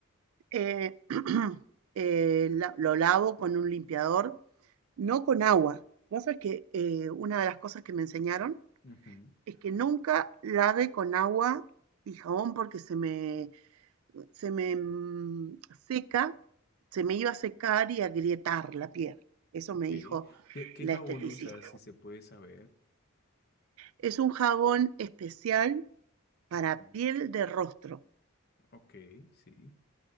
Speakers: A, on the right; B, on the left.
A: eh, <clears throat> eh, la- lo lavo con un limpiador, no con agua. Vos sabés que eh, una de las cosas que me enseñaron
B: ujú.
A: es que nunca lave con agua y jabón porque se me se me mm, seca, se me iba a secar y a agrietar la piel. Eso
B: Ok.
A: me dijo
B: ¿Qué, qué
A: la
B: jabón
A: esteticista.
B: usas, si se puede saber?
A: Es un jabón especial para
B: Ujú.
A: piel de rostro.
B: Ok, sí.